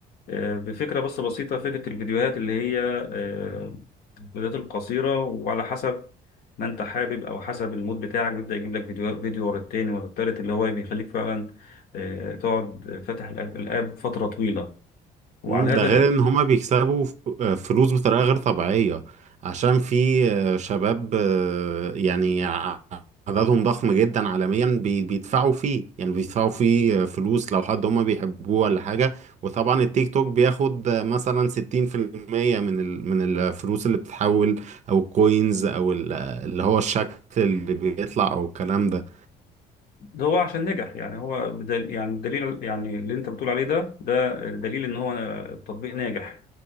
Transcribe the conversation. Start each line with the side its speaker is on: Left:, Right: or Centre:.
Left: آه، بفكرة بس بسيطة فكرة الفيديوهات اللي هي آه، الفيديوهات القصيرة وعلى حسب ما انت حابب او حسب المود بتاعك بيبدأ يجيب لك فيديو فيديو ورا التاني ورا التالت اللي هو بيخليك فعلا آه، تقعد فاتح الاب الآب فترة طويلة وعلى
Right: مم، ده
Left: هذا
Right: غير
Left: الأ-
Right: ان هما بيكسبوا ف- آه، فلوس بطريقة غير طبيعية عشان في آه، شباب آه، يعني ع- عددهم ضخم جدا عالميا بي- بيدفعوا فيه يعني بيدفعوا فيه آه، فلوس لو حد هما بيحبوه ولا حاجة وطبعا التيك توك بياخد آه، مثلا ستين في المية من ال- من الفلوس اللي بتتحول او الكوينز او ال- اللي هو الشكل اللي بيطلع او الكلام ده
Left: ده هو عشان نجح يعني هو بدل يعني الدليل يعني اللي انت بتقول عليه ده ده دليل ان هو تطبيق ناجح